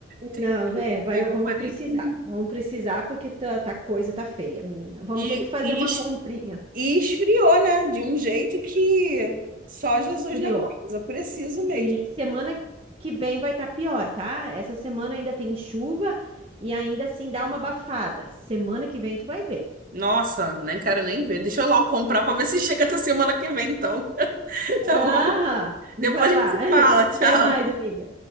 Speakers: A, on the right; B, on the right.
A: Tem,
B: Não, é, vai,
A: tem roupa
B: vamos
A: nenhuma.
B: precisar. Vamos precisar porque tá, tá coisa tá feia, menina. Vamos
A: E,
B: ter que fazer
A: e,
B: uma
A: es-
B: comprinha.
A: e esfriou, né? De um jeito que só Jesus
B: Esfriou.
A: na casa. Preciso mesmo.
B: E semana que vem vai estar pior, tá? Essa semana ainda tem chuva e ainda assim dá uma abafada. Semana que vem tu vai ver.
A: Nossa, nem quero nem ver. Deixa eu logo comprar pra ver se chega até semana que vem, então. <laughs>
B: Ah,
A: Tá bom?
B: vai
A: Depois a
B: lá.
A: gente se
B: <laughs>
A: fala. Tchau.
B: Até mais, amiga.